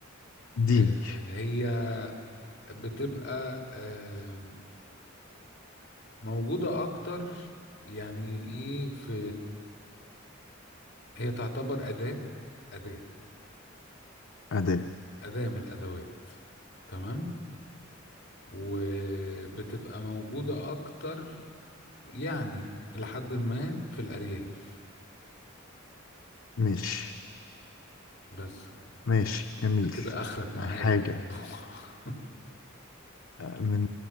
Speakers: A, on the left; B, on the left.
A: دين
B: آه هي بتبقى آه موجودة اكتر يعني ايه في هي تعتبر أداة أداة
A: أداة
B: أداة من الأدوات تمام وبتبقى موجودة اكتر يعني لحد ما في الأرياف
A: ماشي
B: بس كده
A: ماشي جميل
B: كده اخرك معايا
A: حاجة
B: في الموضوع <laughs>
A: من